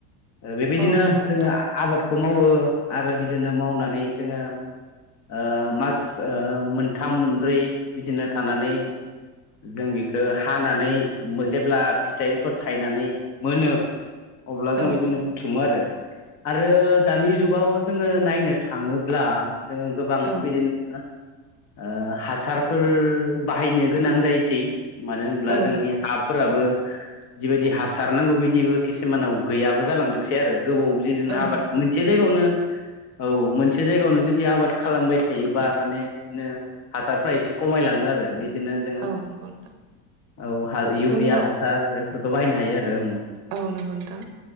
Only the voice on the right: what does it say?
औ नंगौ
नोंथां
औ
नंगौ
औ
औ
नंगौ
औ
नंगौ
नोंथां
औ नंगौ नोंथां
जोङो
औ नंगौ नोंथां